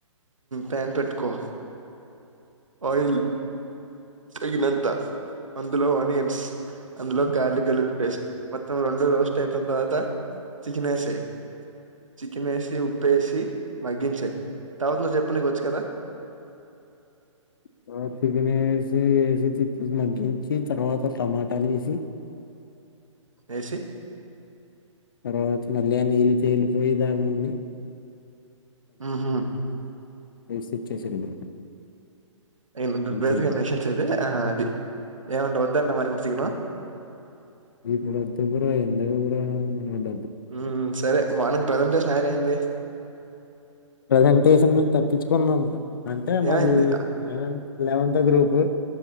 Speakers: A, on the right; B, on the left.
A: pan పెట్టుకో ఆయిల్ తగినంత అందులో ఆనియన్స్ అందులో గార్లిక్ అల్లులి పేస్ట్ మొత్తం రెండు రోస్ట్ అయిపోయిన తర్వాత చేకినేసి చికెన్ వేసి ఉప్పుేసి మగ్గించే తర్వాత నువ్వు చెప్పు నీకు వచ్చు కదా
B: తవా చిగ వేసి వేసి తి మగ్గించి తర్వాత టమాటాలు వేసి
A: ఏసి
B: తర్వాత మళ్ళీ నీలి తేలిపోయి దాగుండి
A: హ హ
B: వేసి ఇచ్చేసాడు బ్రో
A: ఇసుగా
B: అంతే బ్రో
A: నిించది ఆ అది ఏంట ఉదారణ మా పడుచకు
B: ఇప్పుడుద్ద గురా ఎంతక కూడారా ఉంట
A: ఉ సరే మార్నింగ్ ప్రజెంటే స్నాక్ అయింది
B: ప్రసెంటేషన్ మేము తప్పించుకున్నాం అంటే మాది
A: ఏమైంది
B: లెవెన్ లెవెన్ గ్రూప్